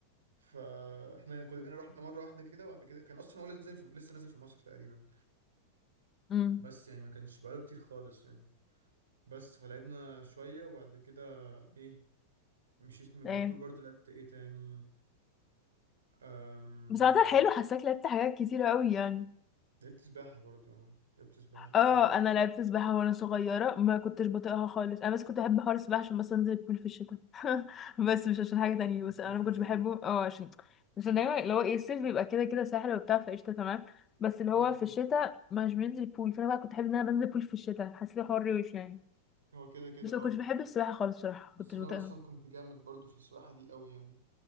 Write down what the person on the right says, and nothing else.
فاحنا كلنا رحنا مره واحده كده وبعد كده كان اصلا هو لسه نازل في لسه نازل في مصر تقريبا
بس يعني ما كانش بقاله كتير خالص يعني بس فلعبنا شوية وبعد كده ايه مشيت من الباركور
برضو لعبت ايه تاني أم...
لعبت سباحة برضو اه لعبت سباحة شوية
بتكون
في
الشتاء
م-م.
هو كده كده
اه
بس
انا
اصلا كنت جامد برضو في السباحة دي قوي يعني